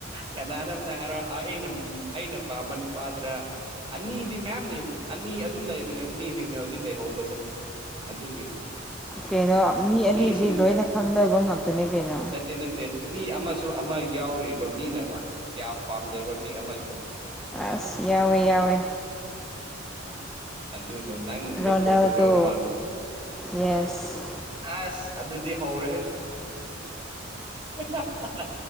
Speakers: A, on the right; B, in the centre.
A: ꯀꯅꯥꯅ‌ꯣ ꯑꯝꯇ ꯍꯥꯏꯔꯣ ꯑ ꯑꯩꯅ ꯑꯩꯅ ꯄꯥꯝꯕ ꯅꯨꯄꯥꯗꯨꯔꯥ ꯑꯅꯤꯗꯤ ꯃꯌꯥꯝ ꯂꯩꯕ ꯑꯅꯤ ꯑꯗꯨꯝ ꯂꯩꯕꯅꯦꯕ ꯃꯤꯁꯤꯡꯁꯦ ꯍꯧꯖꯤꯛ ꯂꯩꯍꯧꯕꯁꯦ ꯑꯗꯨꯒꯤ
B: ꯀꯩꯅꯣ ꯃꯤ ꯑꯅꯤꯗꯤ
A: ꯃꯤꯁꯤꯡ
B: ꯂꯣꯏꯅ ꯈꯪꯅꯕ ꯉꯥꯛꯇꯅꯦ ꯀꯩꯅꯣ
A: ꯅꯠꯇꯦ ꯅꯠꯇꯦ ꯃꯤ ꯑꯃꯁꯨ ꯑꯃ ꯌꯥꯎꯔꯤꯕ ꯃꯤꯅ ꯋꯥꯏ ꯌꯥꯝ ꯄꯥꯝꯖꯕ ꯃꯤ ꯑꯃꯁꯨ
B: ꯑꯁ ꯌꯥꯎꯋꯦ ꯌꯥꯎꯋꯦ
A: ꯎꯝ ꯑꯗꯨꯖꯨ ꯅꯪꯒꯤꯁꯦ
B: ꯔꯣꯅꯥꯜꯗꯣ
A: ꯄꯣꯔꯇꯨꯒꯜ ꯃꯥꯟ
B: ꯌꯦꯁ
A: ꯑꯁ ꯑꯗꯨꯗꯤ ꯍꯧꯔꯦꯍꯦ ꯑ